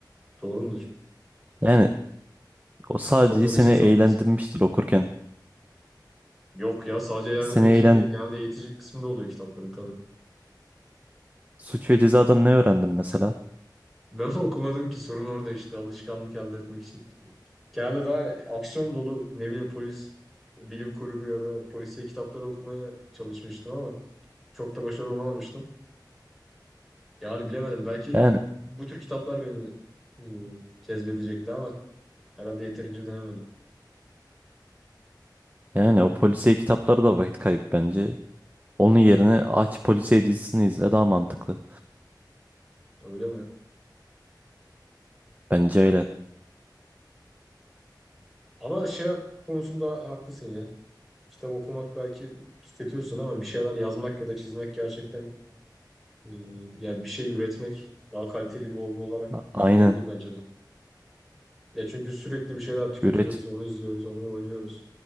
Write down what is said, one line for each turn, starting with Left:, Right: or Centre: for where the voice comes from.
Centre: Doğru mudur?
Right: Yani o sadece
Centre: Sokrates'in
Right: seni
Centre: savunması.
Right: eğlendirmiştir okurken.
Centre: Yok ya sadece eğlendirmek
Right: Seni eğlen
Centre: için değil. Genelde eğitici kısmında oluyor kitapların tabii.
Right: suç ve cezadan ne öğrendin mesela?
Centre: Ben <laughs> okumadım ki sorun orada işte alışkanlık elde etmek için. Genelde daha aksiyon dolu ne bileyim polis, bilim kurgu ya da polisiye kitapları okumaya çalışmıştım ama çok da başarılı olamamıştım. Yani bilemedim belki
Right: Yani
Centre: bu tür kitaplar beni e, cezbedecekti ama herhalde yeterince denemedim.
Right: yani o polisiye kitapları da vakit kaybı bence. Onun yerine aç polisiye dizisini izle daha mantıklı.
Centre: Öyle mi?
Right: Bence öyle.
Centre: Ama şey hak- konusunda haklısın ya. Kitap okumak belki tüketiyorsun ama bir şeyler yazmak ya da çizmek gerçekten e, ya bir şey üretmek daha kaliteli bir hobi olarak
Right: A-
Centre: düşünülebilir
Right: Aynen.
Centre: bence de. Ya çünkü sürekli bir şeyler tüketiyoruz,
Right: Üret
Centre: onu izliyoruz, onu oynuyoruz.